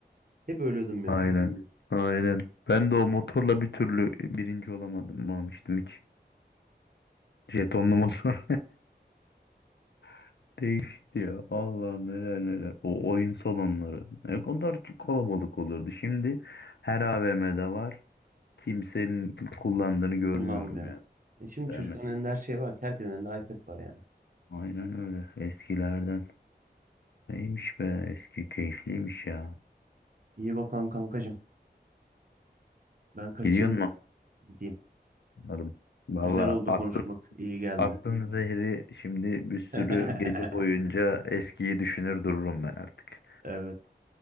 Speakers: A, on the right; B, on the left.
A: Hep ölüyordum ya.
B: Aynen. Aynen. Ben de o motorla bir türlü birinci olamadım almıştım hiç. Jetonlu motor. <laughs> Değişikti ya. Allah'ım neler neler. O oyun salonları. Ne kadar kalabalık olurdu. Şimdi her AVM'de var. Kimsenin kullandığını görmüyorum
A: Kullanmıyor.
B: ya.
A: E şimdi
B: Değil
A: çocukların
B: mi?
A: elinde her şey var ki. Herkesin elinde iPad var yani.
B: Aynen öyle. Eskilerden. Neymiş be? Eski keyifliymiş ya.
A: İyi bakalım kankacığım. Ben kaçayım.
B: Gidiyor mu?
A: Gideyim.
B: Adam. Valla
A: Güzel oldu
B: attı
A: konuşmak. İyi geldi.
B: Attın zehri şimdi bir sürü
A: <laughs>
B: gece boyunca eskiyi düşünür dururum ben artık.
A: Evet.